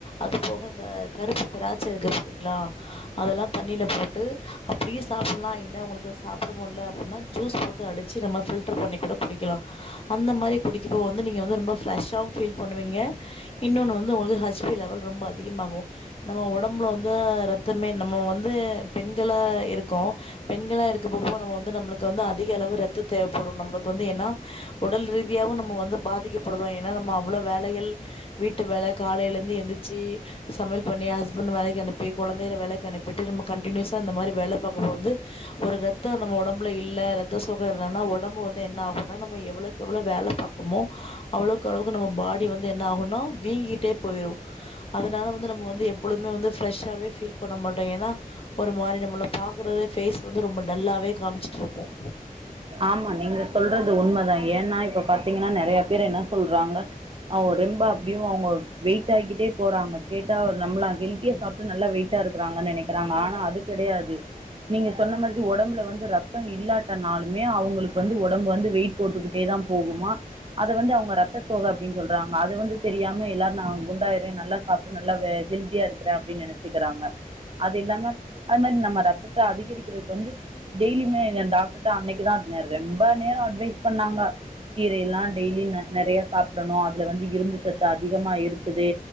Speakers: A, on the left; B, on the right.
A: அது போக இந்த கருப்பு திராச்ச இருக்குது இருக்குங்லா அதெல்லாம் தண்ணில போட்டு அப்டியே சாப்படலாம் இல்ல உங்களுக்கு சாப்பட மோடில அப்டின்னா ஜூஸ் போட்டு அடிச்சு நம்ம பண்ணி கூட குடிக்கலாம் அந்த மாரி குடிக்கப்போ வந்துஃபிளஸாவு ஃபீல் பண்ணுவீங்க இன்னொன்னு வந்து உங்களுக்கு ஹச்பி வல் ரொம்ப அதிகமாகும் நம்ம உடம்புல வந்து ரத்தமே நம்ம வந்து பெண்களா இருக்கோம் பெண்களா இருக்கப்போ நம்ம வந்து நம்மளுக்கு வந்து அதிக அளவு ரத்தோ தேவைப்படும் நம்ம வந்து ஏன்னா உடல் ரீதியாவும் நம்ம வந்து பாதிக்கப்படுவோம் ஏன்னா நம்ம அவ்ளோ வேலைகள் வீட்டு வேல காலயில இருந்து எந்திரச்சு சமையல் பண்ணி ஹஸ்பண்ட் வேலக்கி அனுப்பி ய் கெழந்தைல வேலக்கி அனுப்பிட்டு நம்ம கண்டினியூசா இந்த மாரி வேல பாக்கும்போது வந்து ஒரு ரத்தம் நம்ம உடம்புல இல்ல ரத்த சோக இல்லன்னா உடம்பு வந்து என்ன ஆகும்னா நம்ம எவ்ளோக்கு எவ்ளோ வேல பாக்குரோமோ அவ்ளோக்கு அளவுக்கு நம்ம பாடி வந்து என்ன ஆகும்னா வீங்கிட்டே போயிரும் அதனால வந்து நம்ம வந்து எப்பொழுமே வந்து ஃப்ரெஷ்ஷாவவே ஃபீல் பண்ண மாட்டோம் ஏன்னா ஒரு மாரி நம்மள பாக்கறத ஃபேஸ் வந்து ரொம்ப டல்லாவே காமிச்சுட்டு இருப்போம்
B: ஆமா நீங்க சொல்றது உண்மதான் ஏன்னா இப்ப பாத்தீங்கன்னா நெறைய பேர் என்ன சொல்றாங்க அவங்க ரொம்ப அப்டியும் அவங்க வெயிட் ஆக்கிட்டே போறாங்க கேட்டா நம்மளாம் ஹெல்த்தியா சாப்பட்டு நல்லா வெயிட்டா இருக்கிறாங்கன்னு நெனைக்கிறாங்க ஆனா அது கெடையாது நீங்க சொன்ன மாரி உடம்புல வந்து ரத்தம் இல்லாட்டனாலு அவங்களுக்கு வந்து உடம்பு வந்து வெயிட் போட்டுக்கிட்டே தான் போகுமா அத வந்து அவங்க ரத்த சோக அப்டின்னு சொல்றாங்க அது வந்து தெரியாம எல்லா நான் குண்டாயிறேன் நல்லா சாப்பிட் நல்லவே ஹெல்தியா இருக்கிறேன் அப்டினு நினைச்சுக்குறாங்க அது இல்லாம அது மாரி நம்ம ரத்தத்த அதிகரிக்கிறதுக்து வந்து டெய்லி மே டாக் தா அண்ணைக்குதான் நெறைய ரொம்ப நேரோம் அட்வைஸ் பண்ணாங்க கீர எல்லாம் டெய்லி நெறைய சாப்படணும் அதுல வந்து இரும்பு சத்து இது அதிகமா இருக்கு இது